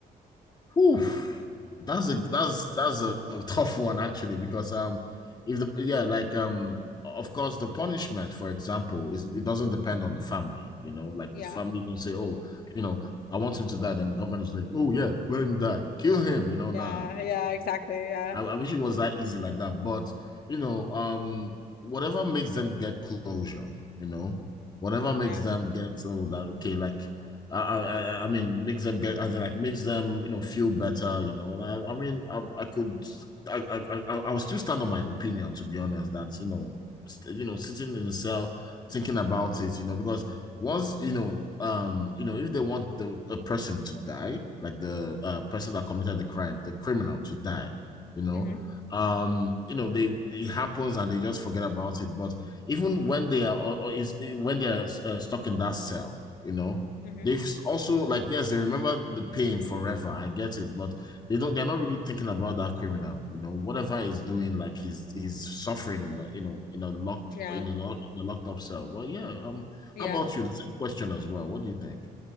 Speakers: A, on the left; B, on the left.
A: whew, That's a that's that's a <laughs> tough one actually because um if the yeah like um of course the punishment for example is it doesn't depend on the family you know like
B: Yeah.
A: the family don't say oh you know I want him to die then the government is like oh yeah let him die kill him you know nah
B: Yeah. Yeah, exactly. Yeah.
A: I, I wish it was that easy like that. But you know, um, whatever makes them get closure, you know, whatever makes
B: Yeah.
A: them get oh that okay, like I I I mean makes them get as in like makes them you know feel better, you know. I, I mean I I could I I I I- i still stand on my opinion to be honest that you know st- you know sitting in a cell thinking about it, you know, because once you know um you know if they want the a person to die like the uh, person that committed the crime the criminal to die you know
B: Mm-hmm.
A: um you know they it happens and they just forget about it but even when they are or, or is when they are uh, stuck in that cell you know
B: Mm-hmm.
A: they've also like yes they remember the pain forever i get it but they don't they're not really thinking about that criminal you know whatever he's doing like he's he's suffering in the you know in a locked
B: Yeah.
A: in a, lock- in a locked up cell well yeah um
B: Yeah.
A: how about you the same question as well what do you think